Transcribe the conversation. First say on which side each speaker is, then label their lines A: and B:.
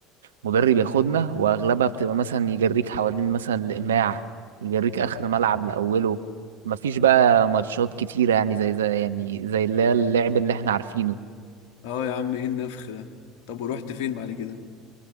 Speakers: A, on the right (about 85°); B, on the left (about 65°).
A: المدرب ياخدنا وأغلبها بتبقى مثلا يجريك حوالين مثلا الإماع يجريك آخر ملعب لأوله مفيش بقى ماتشات كتيرة يعني زي زي يعني زي اللي هي اللعب اللي احنا عارفينه
B: اه يا عم ايه النفخ ده طب ورحت فين بعد كده